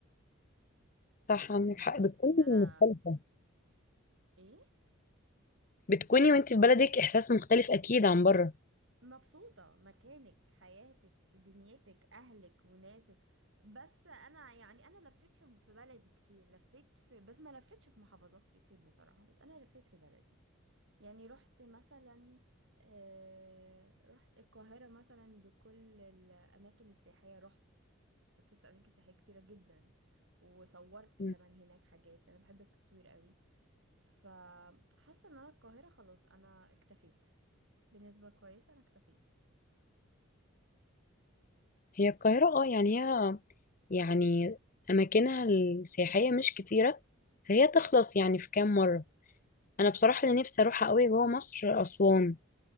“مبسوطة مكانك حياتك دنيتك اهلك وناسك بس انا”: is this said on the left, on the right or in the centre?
Right